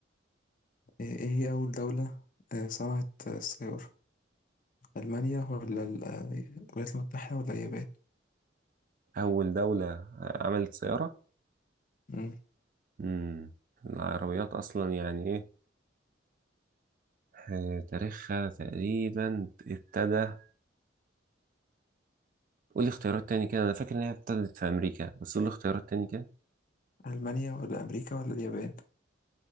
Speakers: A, on the left (about 45°); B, on the right (about 45°).
A: ايه إيه هي اول دولة آه، صنعت آه، السيارة المانيا ولا ال- آه، الولايات المتحدة ولا اليابان
B: اول دولة آه، عملت سيارة
A: مم.
B: امم العربيات اصلا يعني ايه آه، تاريخها تقريبا ابتدى قول لي اختيارات تاني كده انا فاكر ان هي ابتدت في امريكا بس قول لي اختيارات تاني كده
A: المانيا ولا امريكا ولا اليابان